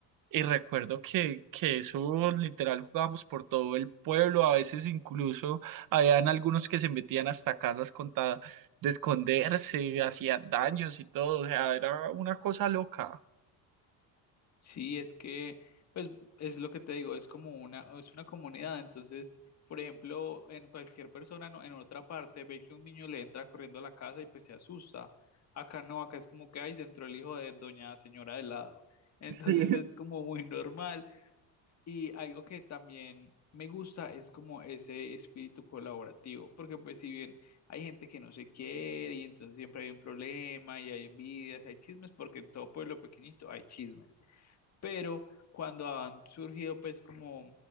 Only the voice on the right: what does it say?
Y recuerdo que, que eso literal jugábamos por todo el pueblo, a veces incluso habían algunos que se metían hasta casas con tal de esconderse, hacían daños y todo, o sea, era una cosa loca.
Sí,